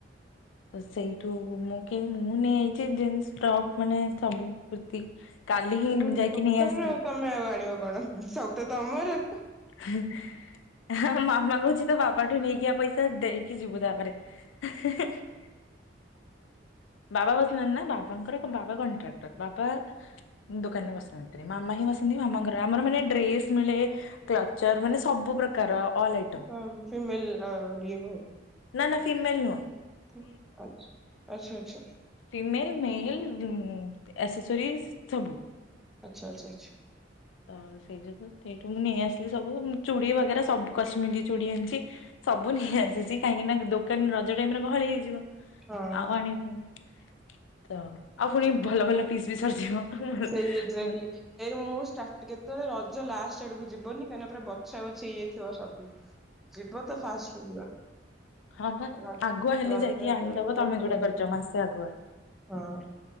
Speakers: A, on the left; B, in the centre.
A: ତ ସେଇଠୁ ମୁଁ କିନ୍ ମୁଁ ନେଇଆଇଛି ଜିନ୍ସ ଟପ୍ ମାନେ ସବୁ। କୁର୍ତ୍ତି କାଲି ହିଁ
B: ତମର
A: ଯାଇକି
B: ଦୋକାନ
A: ନେଇ ଆସିଲି।
B: ଆଉ ତମେ ଆଉ ଆଣିବ କଣ ସବୁ ତ ତମର।
A: ହେ ହଁ ମାମା କହୁଛି ତୋ ବାବାଠୁ ନେଇକି ଆ ପଇସା ଦେଇକି ଯିବୁ ତାପରେ। <unintelligible> ବାବା କହୁଛନ୍ତି ନା ବାବାଙ୍କର ବାବା କଣ୍ଟ୍ରାକ୍ଟର ବାବା ମୁଁ ଦୋକାନ ରେ ବସିନ୍ତ୍ରି ମାମା ହିଁ ବସନ୍ତି ମାମାଙ୍କର ଆମର ମାନେ ଡ୍ରେସ ମିଳେ କ୍ଲଚର୍ ମାନେ ସବୁ ପ୍ର ଅଲ ଅଆଇ
B: ହୁଁ ହଁ ଯୁମେଲ୍ ଆ <unintelligible>
A: ନା-ନା ସେ ଫିମେଲ୍ ନୁହ।
B: ଆଚ୍ ଆଚ୍ଛା, ଆଚ୍ଛା।
A: ଫିମେଲ୍ ମେଲ୍ ମୁଁ ଆସେସରି ସବୁ।
B: ଆଚ୍ଛା ଆଚ୍ଛା ଆଚ୍ଛା।
A: ହଁ ତ ସେଇ ଯୁ ସେଇଠୁ ମୁଁ ନେଇ ଆସିଲି ସବୁ ଚୁଡି଼ ବଗେରା ସବୁ କଶ୍ମୀରୀ ଚୁଡି଼ ଆଣିଚି। ସବୁ ନେଇ ଆସିଚି କାହିଁକି ନା ଦୋକାନ ରଜ ଟାଇମ୍ ରେ ଗହଳି ହେଇଯିବ।
B: ହଁ
A: ଆଉ ଆଣିହବନି ତ ଆଉ ପୁଣି ଭଲ ଭଲ ପିସ୍ ବି ସରିଯିବ।
B: ସେଇ ଏକ୍ଜାକ୍ଟଲି
A: ହଁ
B: ଏଇ ମୁଁ ଇ୍ସଟାଟ୍ କେତେବେଳେ ରଜ ଲାଷ୍ଟ ଆଡକୁ ଯିବନି କାହିଁନା ପୁରା ବ ଛା ବଛି ହେଉଯାଇ ଥିବ ସବୁ ଯିବ ତ ଫାଷ୍ଟ ରେ ଯିବ।
A: ହଁ ବା
B: ର
A: ଆଗୁଆ ହେଲେ
B: ରଜ
A: ଯାଇକି ଆଣିଦବ
B: ସରିବ
A: ତମେ
B: <unintelligible>
A: ଯୋଉଟା କରିଛ ମାସେ ଆଗୁଆ
B: ହଁ।